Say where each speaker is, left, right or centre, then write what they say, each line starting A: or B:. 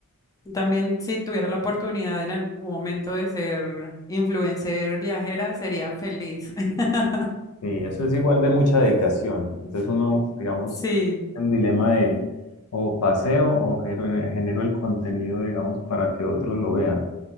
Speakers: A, on the left; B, on the left.
A: También si tuviera la oportunidad en algún momento de ser influencer viajera, sería feliz. <laughs>
B: Sí, eso es igual de mucha dedicación. Entonces uno, digamos,
A: Sí,
B: en dilema de o paseo o gero- genero, el contenido, digamos, para que otros lo vean.